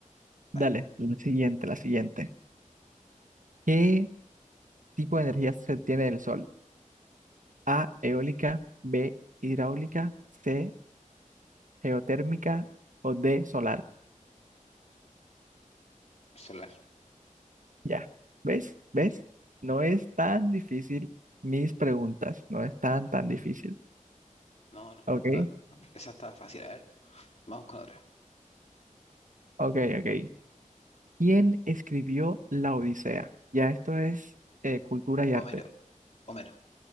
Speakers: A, on the left (about 50°); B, on the right (about 70°).
A: Dale,
B: Dale, la siguiente, la siguiente. ¿Qué tipo de energía se tiene del sol? A, eólica, B, hidráulica, C, geotérmica o D, solar.
A: solar.
B: Ya, ¿ves? ¿Ves? No es tan difícil mis preguntas, no es tan, tan difícil.
A: No, no,
B: ¿Ok?
A: no está. Esa estaba fácil. A ver, vamos con otra.
B: Ok, ok. ¿Quién escribió La Odisea? Ya esto es eh, cultura y
A: Homero,
B: arte.
A: Homero.